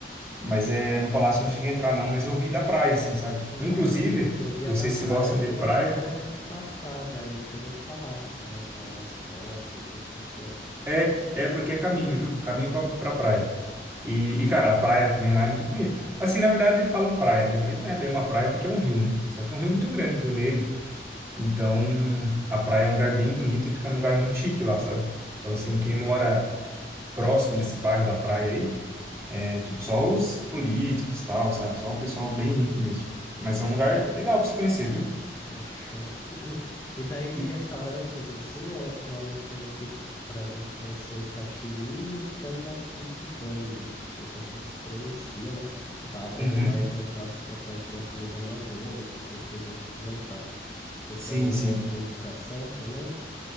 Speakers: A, on the right; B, on the left.
A: Mas é, no palácio eu não cheguei a entrar não, mas eu vi da praia, assim, sabe?
B: É,
A: Inclusive,
B: no, no dia
A: vocês
B: da praia
A: que gostam
B: coloquei
A: de praia,
B: pra gente passar daí pelo palácio lá, tirar umas fotos, ver como que é.
A: é, é porque é caminho, viu? Caminho pra, pra praia. E, e, cara, a praia também lá é muito bonita. Assim, na verdade, falam praia, né? Mas não é bem uma praia porque é um rio, né? Só que é um rio muito grande, Rio Negro. Então, a praia é um lugar bem bonito e fica num lugar muito chique lá, sabe? Então, assim, quem mora próximo desse bairro da praia aí. É, tipo, só os políticos, tal, sabe? Só o pessoal bem rico mesmo. Mas é um lugar legal pra você conhecer, viu?
B: Fechou. <clears throat> E daí de
A: E-
B: restaurantes, assim, eu, eu anotei aqui p- pra gente conhecer o Caxiri e o Tambaqui de Banda. Não sei se é assim que se pronuncia, né? Que eu tava vendo
A: Uhum.
B: mais voltados pra parte da comida amazônica, assim, pra gente experimentar. Você
A: Sim,
B: tem alguma
A: sim.
B: outra indicação também?